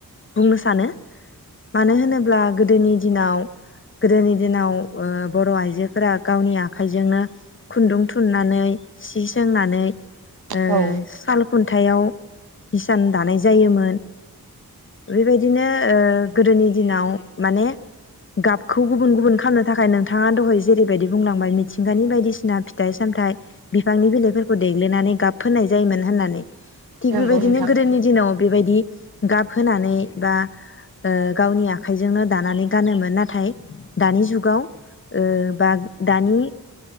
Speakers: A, on the left; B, on the right.
A: बुंनो सानो मानो होनोब्ला गोदोनि दिनाव गोदोनि दिनाव ओ बर' आइजोफोरा गावनि आखाइजोंनो खुनदुं थुननानै सि सोंनानै ओ
B: औ
A: साल खुनथायाव हिसान दानाय जायो जायोमोन बेबायदिनो गोदोनि दिनाव माने गाबखौ गुबुन गुबुन खालामनो थाखाय नोंथाङा दहाय जेरैबायदि बुंलांबाय मिथिंगानि बायदिसिना फिथाइ-सामथायाइ बिफांनि बिलाइफोरखौ देग्लिनानै गाब फोननाय जायो मोन होननानै थिग
B: नंगौ
A: बेबायदिनो
B: नोंथां
A: गोदोनि दिनाव बेबायदि गाबहोनानै बा ओ गावनि आखाइजोंनो दानानै गानोमोन नाथाय दानि जुगाव ओ बा दानि